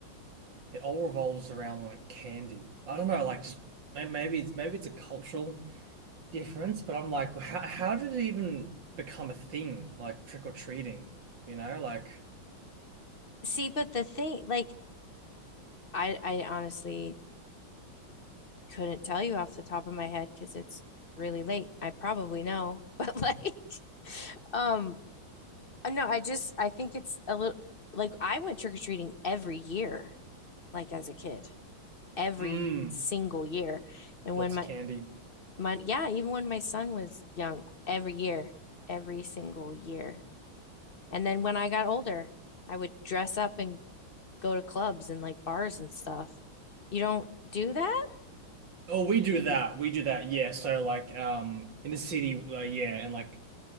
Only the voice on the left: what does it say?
See, but the thing like I I honestly couldn't tell you off the top of my head because it's really late. I probably know, but like, <laughs> um, uh, no, I just I think it's a little like I went trick-or-treating every year, like as a kid, every
single year. And
when my
my yeah, even when my son was young, every year, every single year. And then when I got older, I would dress up and go to clubs and like bars and stuff. You don't do that?